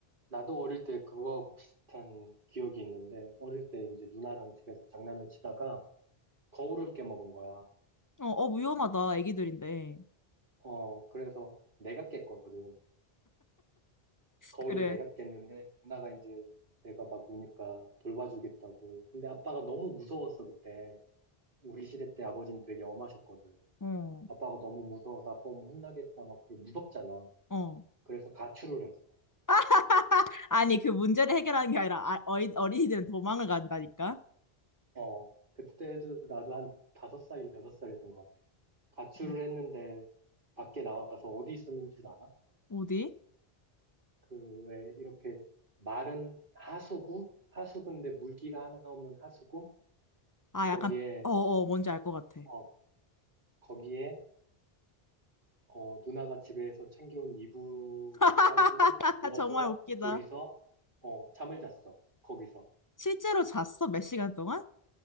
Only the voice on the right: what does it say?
나도 어릴 때 그거하고 비슷한 기억이 있는데, 어릴 때 이제 누나랑 집에서 장난을 치다가 거울을 깨먹은 거야.
어, 그래서 내가 깼거든. 거울을
내가 깼는데, 누나가 이제 내가 막 우니까 돌봐주겠다고. 근데 아빠가 너무 무서웠어, 그때. 우리 시대 때 아버지는 되게 엄하셨거든.
아빠가 너무 무서워서 아빠 오면 혼나겠다, 막, 그 무섭잖아.
그래서 가출을 했어.
어, 그때도 나도 한 다섯 살, 여섯 살이었던 것 같아. 가출을
했는데 밖에 나와서 어디 있었는 줄 알아?
그 왜 이렇게 마른 하수구? 하수구인데 물기가 하나 없는 하수구?
거기에,
어, 거기에, 어, 누나가 집에서 챙겨온 이불을
깔고 누워서
둘이서, 어, 잠을 잤어. 거기서.